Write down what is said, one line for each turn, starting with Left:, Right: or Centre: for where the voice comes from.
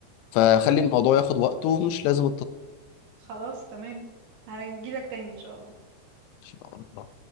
Left: فخلي الموضوع ياخد وقته ومش لازم
Right: خلاص تمام هنجي لك تاني ان شاء الله
Left: التسرع